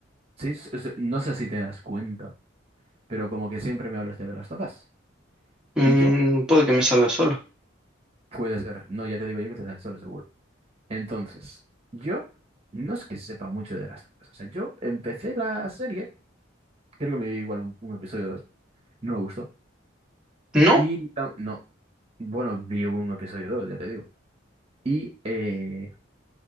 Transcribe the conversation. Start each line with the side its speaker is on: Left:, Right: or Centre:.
Right: Sí, es- es- no sé si te das cuenta, pero como que siempre me hablas de The Last of Us.
Centre: mm,
Right: Y yo,
Centre: puede que me salga solo.
Right: puede ser, no, ya te digo yo que te daré solo seguro. Entonces, yo no es que sepa mucho de las cosas. O sea, yo empecé la serie, creo que me vi igual un, un episodio o dos, no me gustó.
Centre: No,
Right: Y tam- no, bueno, vi un episodio o dos, ya te digo. Y eh,